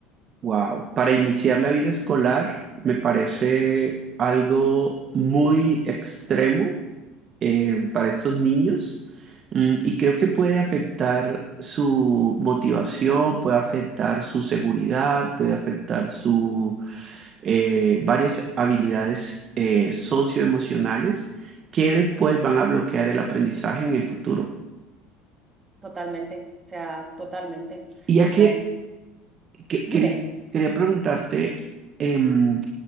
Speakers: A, on the right; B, on the right.
A: Wow. Para iniciar la vida escolar me parece algo muy extremo eh, para estos niños mm, y creo que puede afectar su motivación, puede afectar su seguridad, puede afectar su eh, varias habilidades eh, socioemocionales que después van a bloquear el aprendizaje en el futuro.
B: Totalmente, o sea, totalmente.
A: Y ya
B: Pero es
A: que,
B: que,
A: que-
B: dime,
A: quería, quería preguntarte, em,